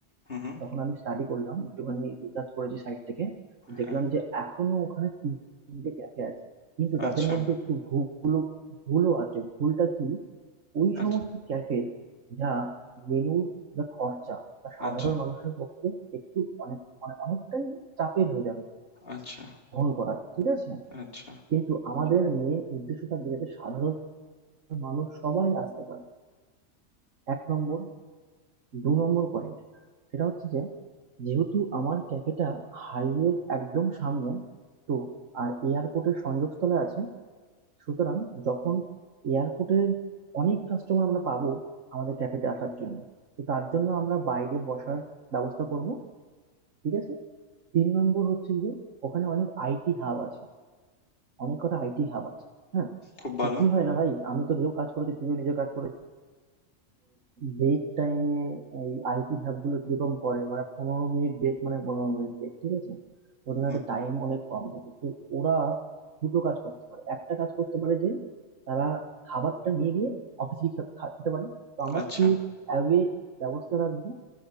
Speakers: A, on the left; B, on the right.
A: হুম হুম
B: তখন আমি স্টাডি করলাম একটুখানি রিসার্চ করেছি সাইট থেকে দেখলাম
A: হ্যাঁ
B: যে এখনো ওখানে তিনটে ক্যাফে আছে কিন্তু
A: আচ্ছা
B: তাদের মধ্যে একটু ভুলও ভুলও আছে ভুলটা কি ওই
A: আচ্ছা
B: সমস্ত ক্যাফে যা মেনুর যা খরচা তা সাধারণ
A: আচ্ছা
B: মানুষের পক্ষে একটু অনেক অনেক- অনেকটাই চাপের হয়ে যাবে
A: আচ্ছা
B: বহন করা ঠিক আছে
A: আচ্ছা
B: কিন্তু আমাদের মেন উদ্দেশ্য থাকবে যাতে সাধারণ মানুষ সবাই আসতে পারে এক নম্বর দু নম্বর পয়েন্ট সেটা হচ্ছে যে যেহেতু আমার ক্যাফেটা হাইওয়ের একদম সামনে তো আর এয়ারপোর্টের সংযোগস্থলে আছে সুতরাং যখন এয়ারপোর্টের অনেক কাস্টমার আমরা পাবো আমাদের ক্যাফেতে আসার জন্য তো তার জন্য আমরা বাইরে বসার ব্যবস্থা করব ঠিক আছে তিন নম্বর হচ্ছে যে ওখানে অনেক আইটি হাব আছে অনেক কটা আইটি হাব আছে হ্যাঁ
A: খুব ভালো
B: তো কি হয় না ভাই আমি তো নিজেও কাজ করেছি তুইও নিজেও কাজ করেছিস ব্রেক টাইমে এই আইটি হ্যাব গুলো কিরকম করে মানে পনেরো মিনিট ব্রেক মানে পনেরো মিনিট ব্রেক ঠিক আছে ওদের
A: হুম
B: হাতে টাইম অনেক কম থাকে তো ওরা দুটো কাজ করতে পারে একটা কাজ করতে পারে যে তারা খাবারটা নিয়ে গিয়ে অফিসে খেতে পারে তো আমরা
A: আচ্ছা
B: কি অ্যাওয়ে ব্যবস্থা রাখবো